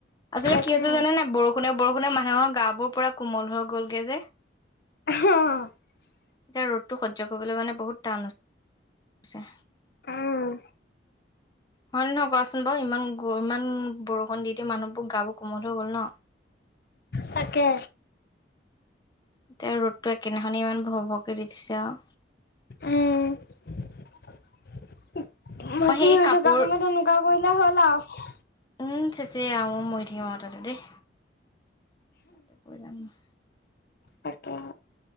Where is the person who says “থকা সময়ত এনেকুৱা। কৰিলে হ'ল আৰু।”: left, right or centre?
Left